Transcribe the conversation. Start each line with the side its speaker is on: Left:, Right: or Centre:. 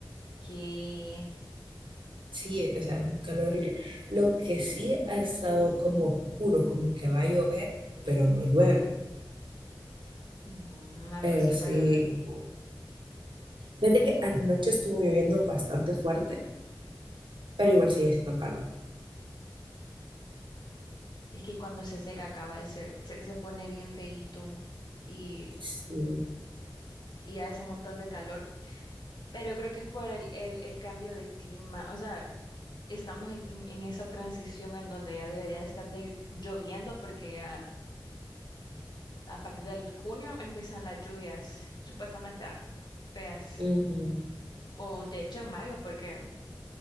Left: Que,
Right: Sí, eh, o sea, un calor horrible. Lo que sí ha estado como oscuro, como que va a llover, pero no llueve.
Left: mm, ah,
Right: Pero
Left: pues sí
Right: sí,
Left: va a llover.
Right: fíjate que anoche estuvo lloviendo bastante fuerte pero igual sigue siendo calor.
Left: Es que cuando se seca cabal se, se, se pone bien feíto y,
Right: Sí.
Left: y hace un montón de calor. Pero creo que es por el, el, el cambio de clima. O sea, estamos en, en, en esa transición en donde ya debería de estar de- lloviendo porque ya a partir del junio empiezan las lluvias supuestamente ah, feas.
Right: Ujú.
Left: O de hecho en mayo, porque,